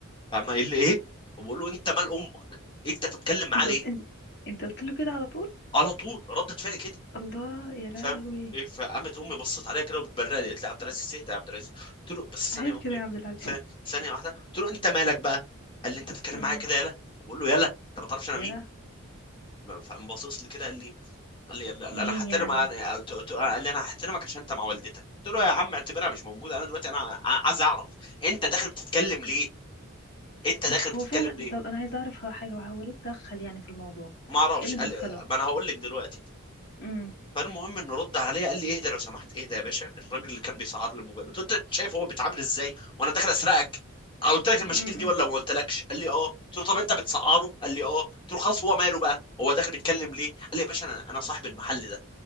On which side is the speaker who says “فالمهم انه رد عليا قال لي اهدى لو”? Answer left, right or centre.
Left